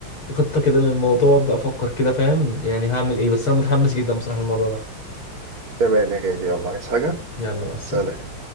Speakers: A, on the left; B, on the right.
A: خطة كده للموضوع أبدأ أفكر كده فاهم يعني هعمل إيه بس أنا متحمس جدا بصراحة الموضوع ده
B: تمام يا غالي يلا عايز حاجه
A: يلا بس
B: سلام